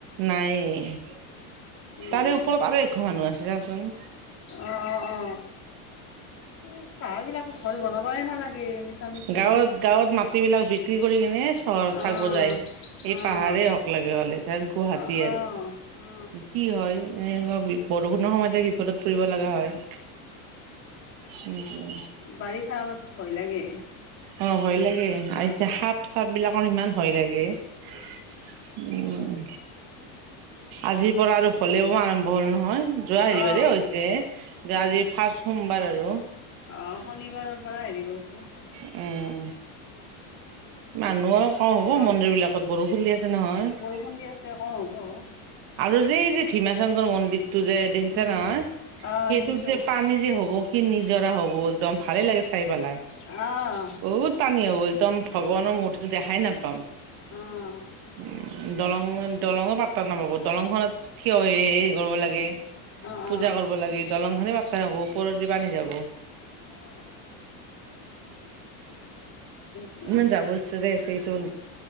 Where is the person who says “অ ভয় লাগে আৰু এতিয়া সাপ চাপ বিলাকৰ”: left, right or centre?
Right